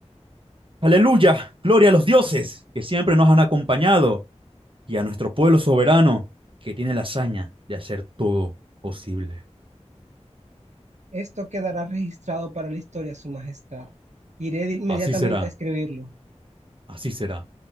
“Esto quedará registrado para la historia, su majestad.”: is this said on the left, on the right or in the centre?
Right